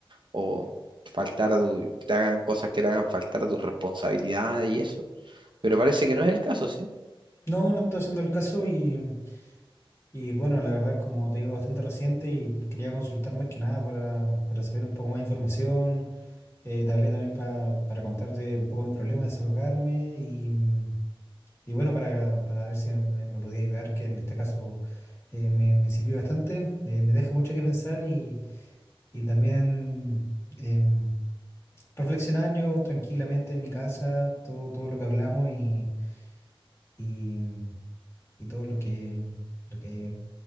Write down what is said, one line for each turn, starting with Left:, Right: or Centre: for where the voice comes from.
Right: o faltar, tu- te hagan cosas que te hagan faltar tus responsabilidades y eso. Pero parece que no es el caso, ¿sí?
Left: No, no estoy haciendo el caso y, Y bueno, la verdad, como te digo, bastante reciente y quería consultar más que nada para, para saber un poco más de información. Eh, te hablé también pa- para contarte un poco mis problemas, desahogarme y, mm, y bueno, para, para ver si me, me podía ayudar, que en este caso eh, me, me sirvió bastante, eh, me deja mucho que pensar y, y también em, reflexionar yo tranquilamente en mi casa, todo, todo lo que hablamos y, y, y todo lo que, lo que